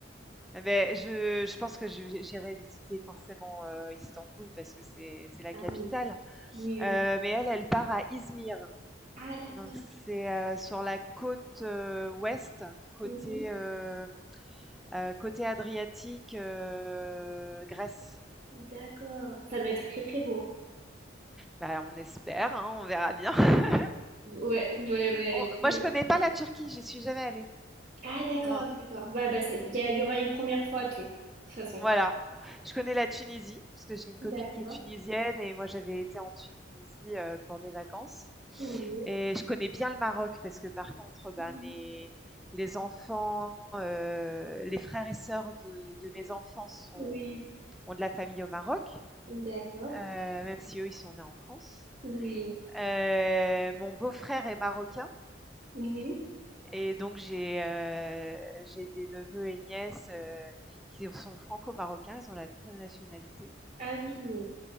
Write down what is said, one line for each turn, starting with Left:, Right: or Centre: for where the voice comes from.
Centre: Ah beh, je je pense que je j'irai visiter forcément, heu, Istanbul parce que c'est c'est la
Right: Ah
Centre: capitale,
Right: oui, oui, oui.
Centre: heu, mais elle, elle part à Izmir,
Right: Ah d'accord,
Centre: donc c'est, heu, sur la côte, heu, ouest, côté,
Right: Mhm.
Centre: hem, heu, côté Adriatique, heu, Grèce.
Right: D'accord, ça doit être très très beau.
Centre: Bah, on espère, hein, on verra bien. <laughs>
Right: Ouais, ouais, ben
Centre: On
Right: tu...
Centre: moi, je connais pas la Turquie, j'y suis jamais allée.
Right: Ah d'accord,
Centre: Non.
Right: d'accord. Ouais, ben c'est- il y, a- il y aura une première fois à tout, de toute façon.
Centre: Voilà. Je connais la Tunisie, parce que j'ai une copine
Right: D'accord.
Centre: qui est tunisienne et moi j'avais été en Tunisie, heu, pour des vacances
Right: Oui.
Centre: et je connais bien le Maroc parce que par contre, bah,
Right: Mhm.
Centre: mes les enfants, heu, les frères et sœurs de de mes enfants sont
Right: Oui.
Centre: ont de la famille au Maroc,
Right: D'accord.
Centre: heu, même si eux, ils sont nés en France.
Right: Oui.
Centre: Heu, mon beau-frère est marocain
Right: Mhm.
Centre: et donc j'ai, heu, j'ai des neveux et nièces, heu, qui sont franco-marocains, ils ont la double nationalité.
Right: Ah oui.